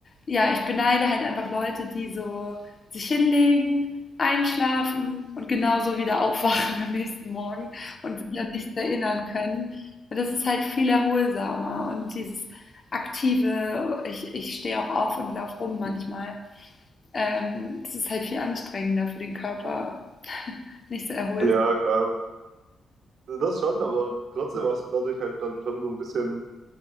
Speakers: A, on the left; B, on the right.
A: ja, ich beneide halt einfach Leute, die so sich hinlegen, einschlafen und genauso wieder aufwachen am nächsten Morgen und sich an nichts erinnern können. Und das ist halt viel erholsamer und dieses aktive, ich, ich stehe auch auf und laufe rum manchmal, ähm, das ist halt viel anstrengender für den Körper, <laughs> nicht so erholsam.
B: ja, klar. Das schon, aber trotzdem hast du dadurch halt dann schon so ein bisschen,